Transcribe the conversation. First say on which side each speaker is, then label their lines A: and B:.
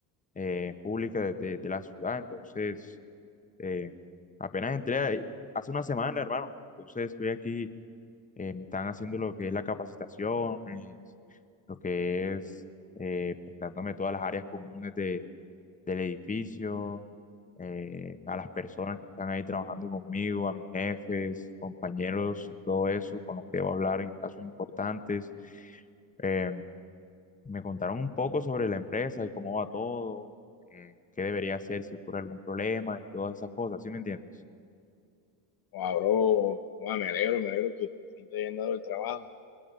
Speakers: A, on the left (about 15°); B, on the left (about 50°).
A: eh, pública de, de- de la ciudad, entonces eh, apenas entré ahí hace una semana, hermano. Entonces estoy aquí eh, me están haciendo lo que es las capacitaciones, lo que es eh, pintándome todas las áreas comunes de, del edificio, eh, a las personas que están ahí trabajando conmigo, a mis jefes, compañeros y todo eso, con los que debo hablar en casos importantes. Eh, me contaron un poco sobre la empresa y cómo va todo, eh, qué debería hacer si ocurre algún problema y todas esas cosas, ¿sí me entiendes?
B: Guau, bro, guau, me alegro, me alegro que por fin te hayan dado el trabajo.